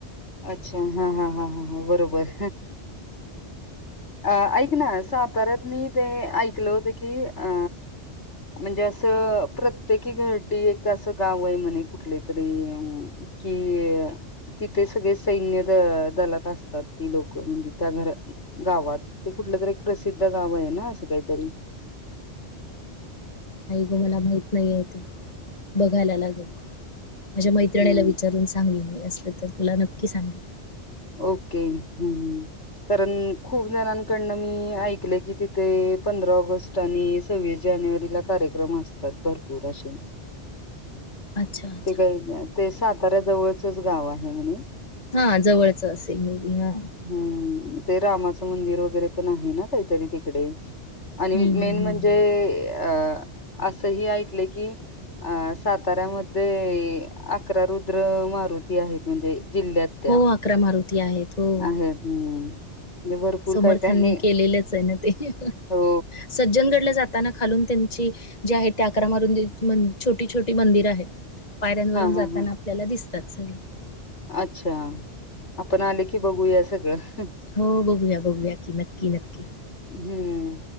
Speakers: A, on the left (about 80°); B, on the left (about 35°).
A: अच्छा हा हा हा ह बरोबर अ ऐक ना साताऱ्यात मी ते ऐकलं होतं की अ म्हणजे असं प्रत्येकी घर एक असं गाव आहे म्हणे कुठली तरी कि तिथे सगळे सैन्य द दलात असतात ती लोकं म्हणजे त्या घरात गावात ते कुठलं तर एक प्रसिद्ध गाव आहे ना असं काहीतरी
B: ग मला मा नाही बघायला लागेल माझ्या मैत्रिणीला
A: हं.
B: विचारून सां सांगेन मी असलं तर तुला नक्की सांगेन
A: ओके हम्म ह् कारण खूप जणांकडनं मी ऐकलं की तिथे पंधरा ऑगस्ट आणि सव्वीस जानेवारीला कार्यक्रम असतात भरपूर असे
B: अच्छा अच्छा
A: ते काही ते साताऱ्या जवळचच गाव आहे म्हणे
B: हा जवळच असेल मूवी हा
A: ह् ते रामाचं मंदिर वगैरे पण आहे ना काहीतरी तिकडे
B: हम्म
A: आणि मेन
B: हम्म हम्म.
A: म्हणजे े अ अस ह ऐकले की अ साताऱ्यामध्ये अकरा रुद्र मारुती आहेत म्हणजे जिल्ह्यात त्या
B: हो अकरा मारुती आहेत हो
A: आहेत हम्म म्हणजे भरपूर
B: समर्थांनी
A: काय काय हे
B: केलेलंच आहे ना ते
A: हो
B: सज्जनगडला जात ताना खालून त्यांची जे आहे ते अकरा मारून छोटी छोटी मंदिर आहेत पायऱ्यांवरून
A: हा
B: जाताना
A: हा हा
B: आपल्याला दिसतात सगळे
A: अच्छा आपण आले की बघूया सगळं
B: हो बघूया बघूया की नक्की नक्की
A: हम्म